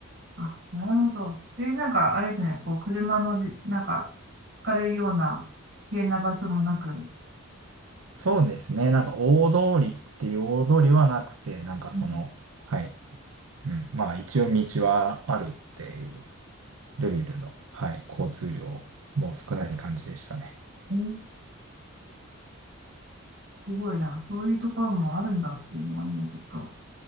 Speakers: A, on the right; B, on the right.
A: あ、なるほど。で、なんか、あれですね、こう、車のじ、なんか、ひかれるような危険な場所もなく。う
B: そうですね。なんか、大通りっていう大通りはなくて、なんかその、
A: ん。
B: はい。うん。まあ、一応道はあるっていうレベルの、はい。交通量も少ない感じでしたね。
A: うんすごいな。そういうところもあるんだっていうのは今ちょっと。